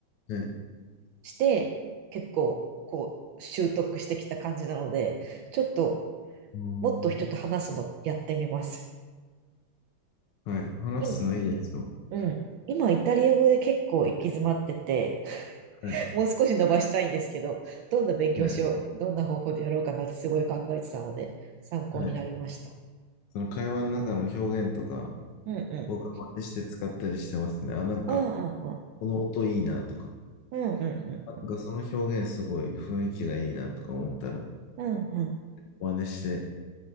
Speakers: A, on the left; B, on the right.
A: はい、
B: して、結構こう習得してきた感じなので、ちょっと
A: も
B: もっと人と話すのやってみます。
A: うはい、話すのいいですよ。
B: 今、うん。今イタリア語で結構行き詰まってて、
A: はい、
B: もう少し伸ばしたいんですけど、どんな勉強しよう、
A: はい、
B: どんな方法でやろうかなってすごい考えてたので、参考になりました。
A: はい。その会話の中の表現とか、
B: うんうん。
A: 僕は真似して使ったりしてますね。あ、なんか、
B: うんうんうん。
A: この音いいなとか、
B: うんうんうん。
A: あなんかその表現すごい雰囲気がいいなとか思ったら、
B: うんうん。
A: 真似して